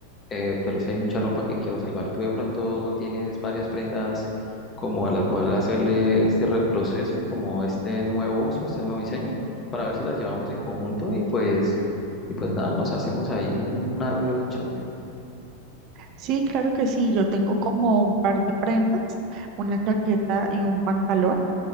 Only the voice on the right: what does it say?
Sí, claro que sí, yo tengo como un par de prendas, una chaqueta y un pantalón